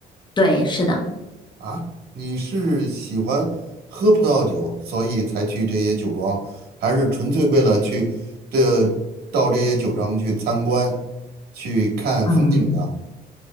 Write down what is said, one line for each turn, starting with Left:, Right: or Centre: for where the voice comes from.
Left: 对，是的。
Right: 啊，你是喜欢喝葡萄酒，所以才去这些酒庄，还是纯粹为了去这到这些酒庄去参观、去看风景呢？
Left: 嗯。